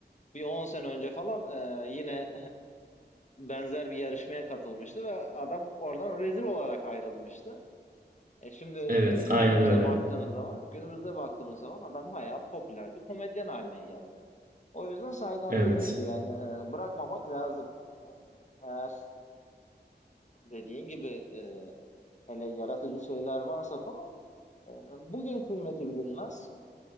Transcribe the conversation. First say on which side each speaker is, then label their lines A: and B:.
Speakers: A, on the left; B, on the right.
A: bir 10 sene önce falan e, yine benzer bir yarışmaya katılmıştı ve adam oradan rezil olarak ayrılmıştı. E şimdi e,
B: Evet, aynen
A: günümüzde
B: öyle.
A: baktığımız zaman, günümüzde baktığımız zaman adam bayağı popüler bir komedyen haline geldi. O yüzden Saydan
B: Evet.
A: dediğin gibi yani e, bırakmamak lazım. E, Eğer dediğin gibi e, hele yaratıcı şeyler varsa falan e, bugün kıymeti bilinmez.